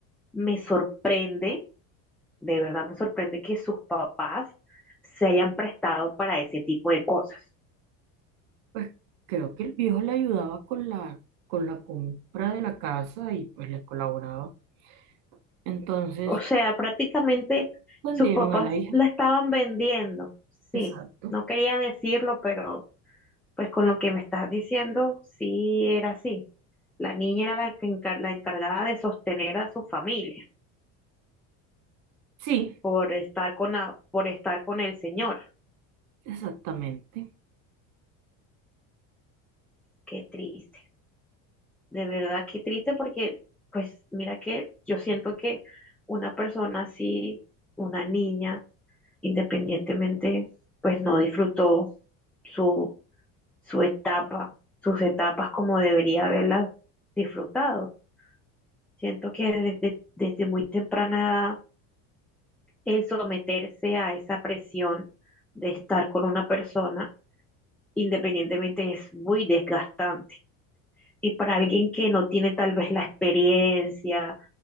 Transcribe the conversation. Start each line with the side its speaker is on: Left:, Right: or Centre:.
Centre: me sorprende de verdad me sorprende que sus papás se hayan prestado para ese tipo de cosas.
Right: pues creo que el viejo le ayudaba con la, con la compra de la casa y pues le colaboraba. Entonces,
Centre: O sea, prácticamente
Right: vendieron
Centre: sus papás
Right: a la hija.
Centre: la estaban vendiendo. Sí,
Right: Exacto.
Centre: no quería decirlo, pero pues con lo que me estás diciendo, sí era así. La niña era la, que encar- la encargada de sostener a su familia
Right: Sí,
Centre: por estar con la, por estar con el señor.
Right: exactamente.
Centre: Qué triste. De verdad, qué triste porque, pues mira que yo siento que una persona así, una niña, independientemente, pues no disfrutó su, su etapa, sus etapas como debería haberlas disfrutado. Siento que desde, desde muy temprana edad, el someterse a esa presión de estar con una persona, independientemente, es muy desgastante. Y para alguien que no tiene tal vez la experiencia,